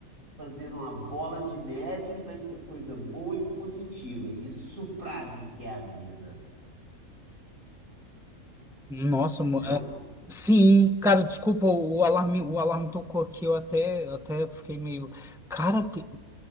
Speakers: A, on the right (about 80°); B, in the centre.
A: fazer uma bola de neve e vai ser coisa boa e positiva. Isso para mim que é a vida,
B: Nossa,
A: entendeu?
B: mo- Sim, cara, desculpa, o alarme, o alarme tocou aqui, eu até, eu até fiquei meio, cara, que-